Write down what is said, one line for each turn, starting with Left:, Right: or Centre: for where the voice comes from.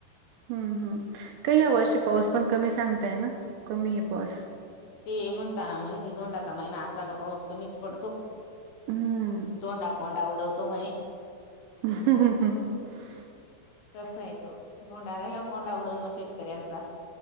Right: हम्म हम् काही ह्या वर्षी पाऊस पण कमी सांगताय ना कमी आहे पाऊस.
Left: ते म्हणता ना म्हणे दोंडाचा महिना असला का पाऊस कमीच पडतो.
Right: हम्म
Left: दोंडा फोंडा उडवतो म्हणे,
Right: <unintelligible>
Left: तस आहेे तो धोंडाार्याला कोंडा उडवून मग शेतकऱ्यांचा.